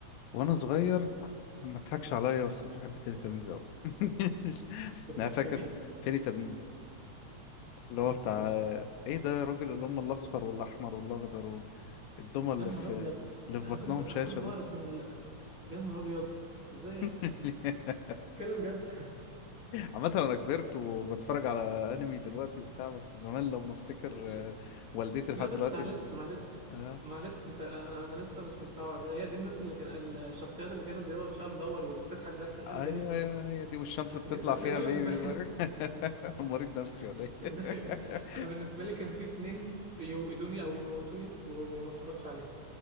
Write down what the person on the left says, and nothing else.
وانا صغير ما تضحكش عليا بس كنت بحب تيلي تابيز قوي <laughs>
انا
فاكر
تيلي تابيز اللي
هو بتاع
ايه ده يا راجل اللي هم الاصفر والاحمر والاخضر والدمى اللي
في
اللي في
بطنهم
شاشه
دول
<laughs>
عامه انا كبرت وبتفرج
على انمي دلوقتي وبتاع بس زمان لما افتكر
آه، والدتي
لحد
دلوقتي
بت...
آه.
ايوه
ايوه هي دي والشمس بتطلع
فيها بيبي
ده <laughs> مريض نفسي ولا
ايه <laughs>